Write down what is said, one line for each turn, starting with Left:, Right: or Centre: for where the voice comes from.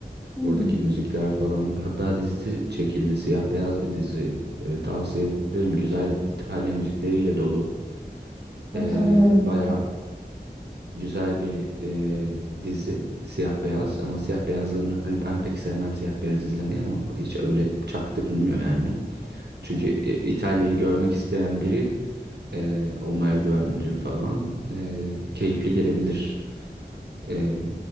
Centre: Hmm,
Right: Oradaki müzikler falan hatta dizisi çekildi siyah beyaz bir dizi. Ee, tavsiye ederim güzel İtalya müzikleriyle dolu.
Centre: not
Right: Ee,
Centre: alıyorum
Right: baya
Centre: bunu.
Right: güzel bir e, dizi siyah beyaz ama siyah beyazlarını hani ben pek sevmem siyah beyaz izlemeyi ama hiç öyle çaktırmıyor yani. Çünkü İ- İtalya'yı görmek isteyen biri ee, o merdivenleri falan ee, keyifli gelebilir. Ee,